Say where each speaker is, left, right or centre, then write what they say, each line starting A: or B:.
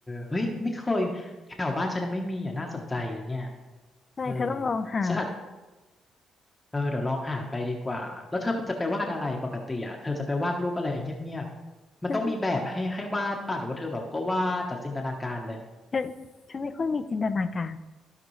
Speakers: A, on the left; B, on the left.
A: เฮ้ยไม่เคยแถวบ้านฉันยังไม่มีอ่ะน่าสนใจนะเนี่ย
B: ใช่เธอต้องลองหา
A: เออสะอาด เออเดี๋ยวลองหาไปดีกว่าแล้วเธอจะไปวาดอะไรปกติอ่ะเธอจะไปวาดรูปอะไรเงียบๆมันต้องมีแบบให้ให้วาดป่ะหรือว่าเธอแบบก็วาดจากจินตนาการเลย
B: ฉันฉันฉันไม่ค่อยมีจินตนาการ